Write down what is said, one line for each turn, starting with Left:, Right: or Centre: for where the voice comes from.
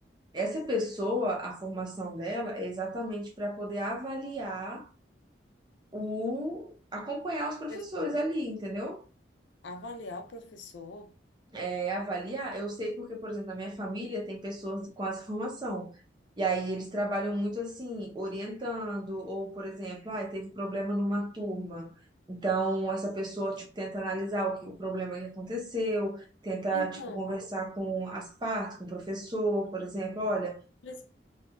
Right: Essa pessoa, a formação dela é exatamente para poder avaliar o, acompanhar os professores
Left: Professor,
Right: ali, entendeu?
Left: avaliar o professor.
Right: é, avaliar, eu sei porque, por exemplo, na minha família tem pessoas com essa formação. E aí eles trabalham muito assim, orientando, ou, por exemplo, ah, teve problema numa turma. Então, essa pessoa, tipo, tenta analisar o que, o problema que aconteceu, tenta,
Left: Então,
Right: tipo, conversar com as partes, com o professor, por exemplo, olha,
Left: mas